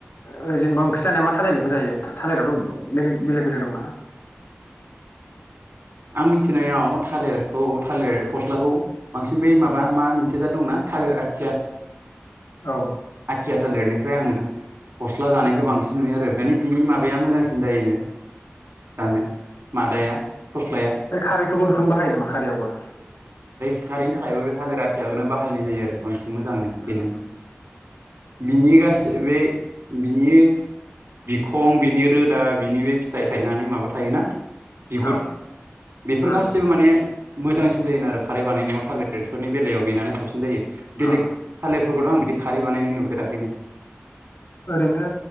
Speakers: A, on the left; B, on the right.
A: ओ जेनेबा ओंख्रि मा थालिरनिखौ जायो? थालिरथ' बे बेलेग बेलेग दंना?
B: आं मिथिनायाव थालिरखौ थालिर फस्लाखौ बांसिन बै माबा मा मोनसे जा दंना थालिर आ
A: औ।
B: आथिया थालिरनिफ्राय आङो फस्ला जानायखौ
A: उम
B: बांसिन नुयो आरो। बिनि माबाया मोजांसिन जायोनो। जानो मादाया फस्लाया
A: अ खारैखौबो बेखौनो बाहायो नामा खारैयावबो?
B: गारिनि थाखायबो बे थालिर आथियाखौनो बाहायनाय जायो आरो बांसिन। मोजांनो
A: उम
B: बेनो। बेनि गासै बे बिनि खं बिनि रोदा बिनि बे फिथाइ थायनानै माबा थायोना। बिगुर
A: औ
B: बेफोर
A: उम
B: गासिबो माने मोजांसिन जायोनो आरो खारै बानायनायाव टालेरफोरनि बेलायाव बेनानो साबसिन। जायो बेलेक
A: औ
B: थालेरफोरखौथ' आं बिदि खारै बानायनाय नुफेराखैनो।
A: ओरैनो